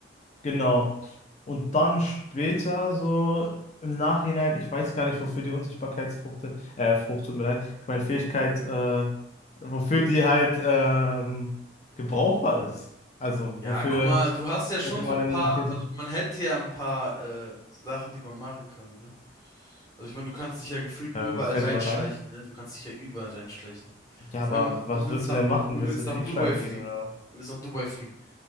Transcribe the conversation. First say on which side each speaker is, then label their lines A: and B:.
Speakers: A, on the left; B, on the left.
A: Genau. Und dann später, so im Nachhinein, ich weiß gar nicht, wofür die Unsichtbarkeitsfrucht, äh, Frucht, tut mir leid, ich meine Fähigkeit, äh, wofür die halt ähm, gebrauchbar ist. Also,
B: Ja,
A: wofür
B: guck mal, du hast ja schon
A: könnte
B: so
A: man
B: ein
A: denn
B: paar,
A: eine These?
B: also man hätte ja ein paar äh, Sachen, die man machen kann, ne? Also ich meine, du kannst dich ja gefühlt
A: Äh,
B: überall
A: fällt
B: reinschleichen,
A: dir was ein?
B: ne? Du kannst dich ja überall reinschleichen.
A: Ja,
B: Sagen
A: aber
B: wir mal,
A: was
B: du willst
A: willst
B: nach,
A: du denn machen?
B: du
A: Willst
B: willst
A: du Diebstahl
B: nach Dubai
A: begehen
B: fliegen.
A: oder was?
B: Du willst nach Dubai fliegen.